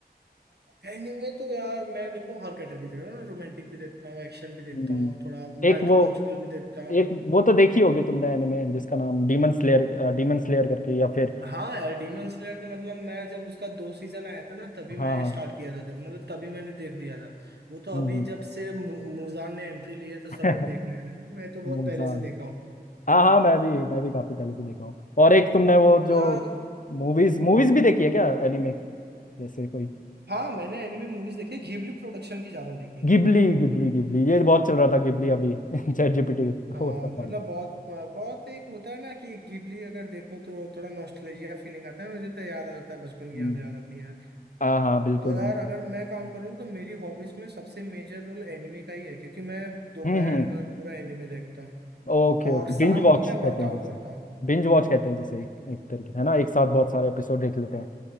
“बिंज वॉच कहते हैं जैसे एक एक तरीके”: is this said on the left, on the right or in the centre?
Left